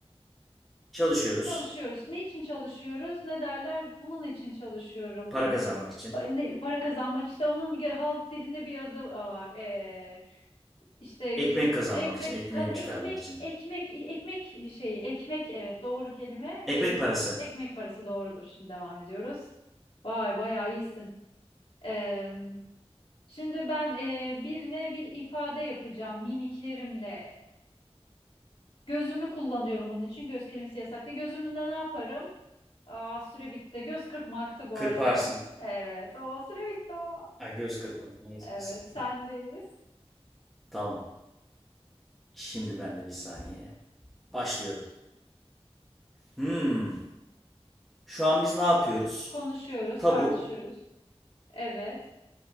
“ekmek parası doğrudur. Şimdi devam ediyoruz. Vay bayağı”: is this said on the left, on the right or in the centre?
Left